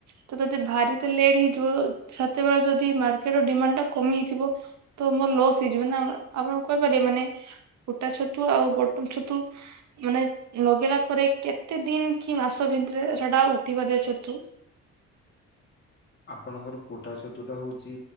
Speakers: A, on the right; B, on the left.
A: ତ ଯଦି ଭାରି ଲେଟ୍ ହେଇଯିବ ସେତେବେଳେ ଯଦି ମାର୍କେଟ ର ଡିମାଣ୍ଡ ଟା କମି ହେଇଯିବ ତ ମୋର ଲୋସ ହେଇଯିବ ନା, ଆପଣଙ୍କୁ କହିପାରିବେ ମାନେ ଫୁଟା ଛତୁ ଆଉ ବଟମ ଛତୁ ମାନେ ଲଗେଇଲା ପରେ କେତେ ଦିନ କି ମାସ ଭିତରେ ସେଟା ଉଠି ପାରିବ ଛତୁ।
B: ଆପଣଙ୍କର କୁଟା ଛତୁ ଟା ହଉଛି